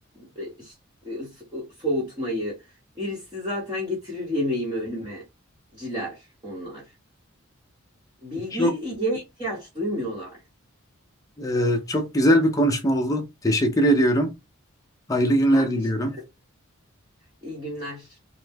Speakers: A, on the right; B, on the left.
A: e, işte so- soğutmayı. Birisi zaten getirir yemeğimi önüme ciler onlar. Bilgiye
B: Çok
A: ihtiyaç duymuyorlar.
B: e, çok güzel bir konuşma oldu. Teşekkür ediyorum. Hayırlı günler
A: Ben
B: diliyorum.
A: teşekkür İyi günler.